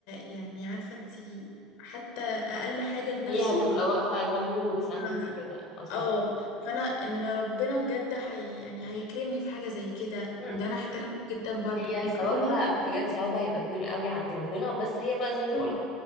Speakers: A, on the left; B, on the left.
A: يعني عارفة انتي حتى اقل حاجة بنفسه
B: هي هتبقى واقفة جنبه وتسنده
A: مم.
B: وكده قصدك
A: اه
B: كده
A: فانا ان ربنا بجد هي يعني هيكرمني في حاجة زي كده
B: مم.
A: وده انا احترمه جدا برضو
B: هي
A: بيبقى
B: ثوابها
A: كل واحد
B: بجد
A: فيه
B: ثوابها هيبقى كبير قوي عند ربنا بس هي بقى زي ما بقولك
A: طبعا